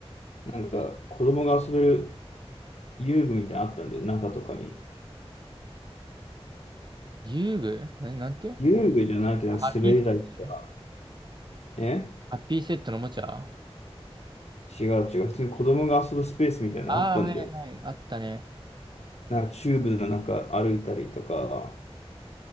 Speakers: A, on the left; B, on the right.
A: なんか、子供が遊べる遊具みたいなのあったんだよ、中とかに。
B: 遊具何、なんて
A: 遊具じゃないけど、
B: ハッピーセットね。
A: なんか滑り台とか。え
B: ハッピーセットのおもちゃあ
A: 違う違う。普通に子供が遊ぶスペースみたいなのがあったんだよ。
B: あー、はいはい。あったね。
A: なんか、チューブの中歩いたりとか、